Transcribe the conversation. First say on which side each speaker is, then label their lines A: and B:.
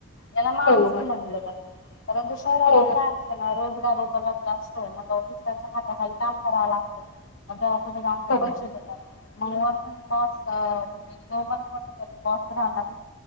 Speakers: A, on the left; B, on the left.
A: याला माणूसकी
B: बरोबर
A: म्हटलं जातं, परंतु शहरामध्ये
B: हो हो
A: काय असतं ना रोजगार उपलब्ध असतो. मग दुसऱ्याच्या हाताखाली काम करावं लागतं, मग कुठं जाऊन ते
B: बरोबर
A: पैसे देतात. <unintelligible> बॉस राहणारच.